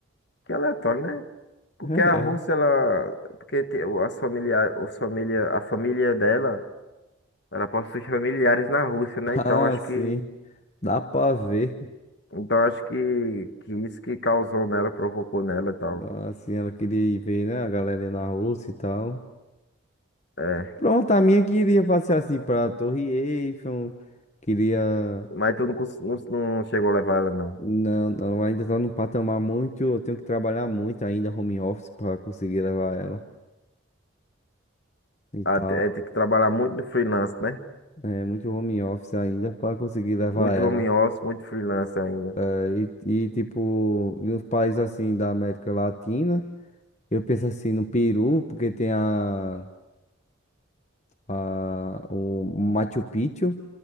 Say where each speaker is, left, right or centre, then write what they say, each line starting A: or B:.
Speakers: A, on the left; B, on the left.
A: Que é aleatório, né? Porque
B: <laughs>
A: a Rússia,
B: É.
A: ela. Porque te- o- as familia, os família, a família dela, ela possui familiares na Rússia, né?
B: Ah,
A: Então acho
B: sim.
A: que.
B: Dá pra ver.
A: Então acho que, que isso que causou nela, provocou nela e tal.
B: Ah, Assim, ela queria ir ver, né, a galera na Rússia e tal.
A: É.
B: Pronto, a minha queria passear assim pra Torre Eiffel, queria.
A: Mas tu não, cons- não, não chegou a levar ela, não.
B: Não, não, ainda tá num patamar muito. Eu tenho que trabalhar muito ainda, home office, pra conseguir levar ela e
A: Ah,
B: tal.
A: te- é, tem que trabalhar muito no freelance, né?
B: É, muito home office ainda pra conseguir levar
A: Muito
B: ela.
A: home office, muito freelance ainda.
B: É, E, e tipo, nos países assim da América Latina, eu penso assim no Peru, porque tem a, a, o Machu Picchu,